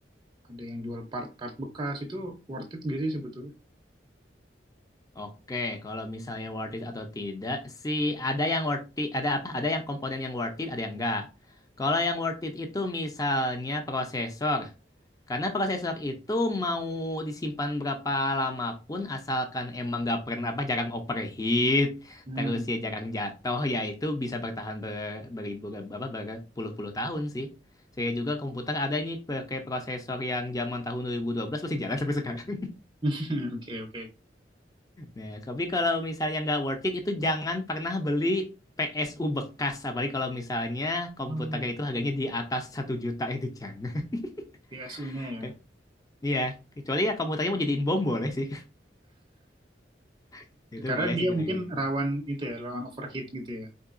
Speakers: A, on the right; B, on the left.
A: ada yang jual part-part bekas itu worth it gak sih sebetulnya?
B: Oke, kalau misalnya worth it atau tidak sih ada yang worth it, ada apa? Ada yang komponen yang worth it, ada yang enggak. Kalau yang worth it itu misalnya prosesor. Karena prosesor itu mau disimpan berapa lama pun asalkan emang nggak pernah apa jarang overheat,
A: Hmm.
B: terus ya jarang jatuh, ya itu bisa bertahan ber- beribu apa berpuluh-puluh tahun sih. Saya juga komputer ada ini pakai prosesor yang zaman tahun 2012 masih jalan sampai sekarang.
A: <laughs> Oke oke.
B: Nah, tapi kalau misalnya nggak worth it itu jangan pernah beli PSU bekas. Apalagi kalau misalnya komputernya
A: Oh,
B: itu harganya di atas satu juta itu jangan. <laughs>
A: PSU-nya ya.
B: Ke- Iya, kecuali ya komputernya mau jadiin bom boleh sih. <laughs> Itu
A: Karena
B: boleh
A: dia
B: sih kalau
A: mungkin
B: kayak gitu.
A: rawan itu ya, rawan overheat gitu ya.